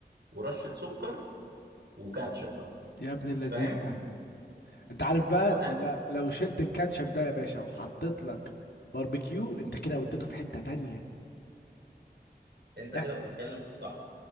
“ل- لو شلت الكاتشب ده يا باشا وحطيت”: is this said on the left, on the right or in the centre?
Left